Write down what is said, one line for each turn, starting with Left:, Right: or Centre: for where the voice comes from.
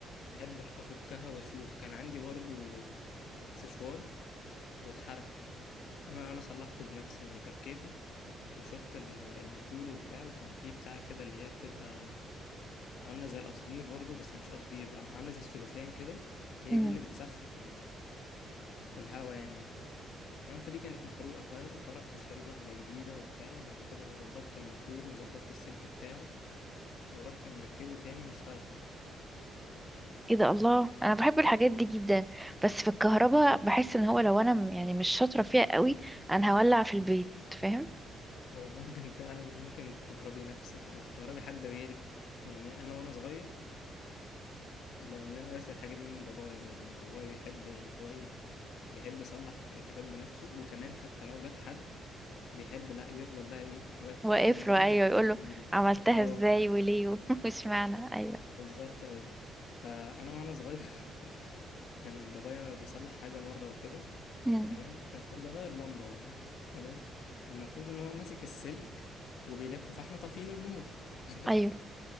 Left: احب لأ افكها واشوف كان عندي برضو سشوار واتحرق انا انا صلحته بنفسي يعني فكيته وشفت ال- الماتور وبتاع وكان فيه بتاع كده اللي هي بتبقى عامله زي القصدير برضو بس مش قصدير بقى عامله زي السلوفان كده هي
Centre: امم
Left: دي اللي بتسخن الهوا يعني وبتاع تمام فدي كانت محروقة ف... فرحت اشتريت واحدة جديدة وبتاع وبعد كده ظبطت الموتور وظبطت السلك بتاعه ورحت مركبه تاني واشتغل
Centre: ايه ده الله انا بحب الحاجات دي جدا بس في الكهرباء بحس ان هو لو انا م- يعني مش شاطره فيها قوي انا هولع في البيت فاهم
Left: هو ممكن فعلا ممكن تكهربي نفسك أو تكهربي حد غيرك يعني أنا وأنا صغير لأن أنا ورثت الحاجة دي من بابايا برضه يعني بابايا بيحب اللي هو إيه بيحب يصلح الحاجات بنفسه وكمان حتى لو جاب حد بيحب لا يفضل بقى إيه واقف يتفرج
Centre: واقف
Left: عليه طب
Centre: له
Left: أنت
Centre: ايوه
Left: بتعمل
Centre: يقول له
Left: إيه؟
Centre: عملتها
Left: اه
Centre: ازاي وليه <laughs> مش معنى ايوه
Left: بالظبط ايوه فانا وانا صغير <laughs> كان بابايا بيصلح حاجه مره وكده
Centre: مم.
Left: تمام كان كان بيغير لمبه والله تمام والمفروض ان هو ماسك السلك وبيلفه فاحنا طافيين النور <laughs>
Centre: ايوه